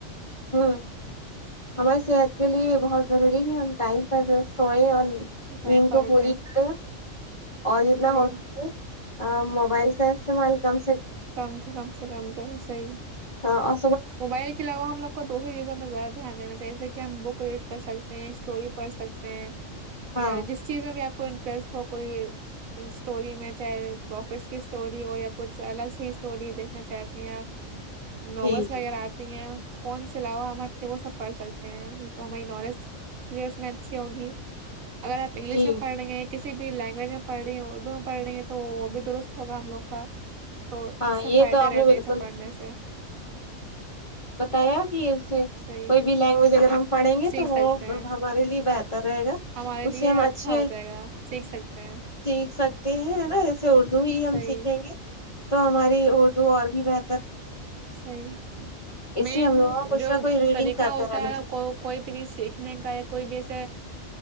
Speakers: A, on the left (about 40°); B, on the right (about 80°).
A: ہوں ہماری صحت کے لیے بہت ضروری ہے ہم ٹائم پر سوئے اور
B: ٹائم
A: نیم
B: پر
A: کو پوری
B: اٹھیں
A: کرتے اور جتنا
B: صحیح
A: ہو سک موبائل کا سے ملک کم
B: کام کا کام سے کام کر صی
A: ہاں
B: موبائل کے علاو ہم لگ کو دوسری چیزوں میں زیادہ دھیان دین چاہیے کہ ہم بک ریڈ کر سک ہیں س ہیں اسٹوری پڑھ سکتے ہیں
A: ہاں
B: یا جس چیز میں بھی آپ کو انٹٹ ہو کوئی اسٹوری میں چاہے پروفٹس کی اسٹوری ہو یا کچھ الگ سے اسٹوری دیکھنا چاہتے ہیں یا نوس
A: جی
B: ویرہ
A: جی
B: آتی ہیں فون سے علاوہ ہم ہٹ کے وہ سب پڑھ سکتے ہیں جو س ہماری نالج پ اس میں اچھی ہوگی اگر انگلش
A: جی
B: پڑ کسی بھی لینگویج میں پڑھ رہی ہے اردو میں پڑھ رہی ہے تو وہ بھی درست ہوگا ہم لوگ کا تو
A: ہاں
B: اس سےب
A: یہ
B: فائدے
A: تو آپ
B: رہتے
A: نے بالکل
B: ہیں اسب پڑھنے سے
A: بتایا ج سے
B: صحیح
A: کوئی بھی لینگویج اگر ہم پڑھیں گے
B: سیکھ
A: تو وہ
B: سکتے ہیں
A: ہمارے لیے بہتر رہے گا
B: ہمارے
A: اس
B: لیے
A: سے ہم
B: اچھا
A: اچھے
B: ہو جائے گا سیکھ سکتے ہیں
A: س سکتے ہیں نا ج سے اردو ہی ہم
B: صحیح
A: سیکھیں گے تو ہماری اردو اور بھی ب
B: صحیح
A: اس
B: مین
A: لیے ہم لوگوں کو کچھ
B: جو
A: نہ کوئی ریڈنگ
B: طریقہ
A: کرتے
B: ہوتا
A: رہنا
B: ہے
A: چاہیے
B: کو کوئی بھی چیز سیکھنے کا یا کوئی بھی ایسے